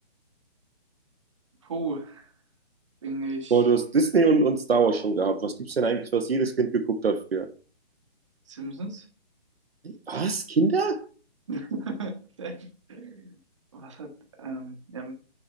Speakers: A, on the right; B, on the right.
A: Puh, bin ich
B: Boah, du hast Disney und, und Star Wars schon gehabt. Was gibt's denn eigentlich, was jedes Kind geguckt hat früher?
A: Simpsons?
B: Was? Kinder?
A: <laughs> Was hat, ähm, ja,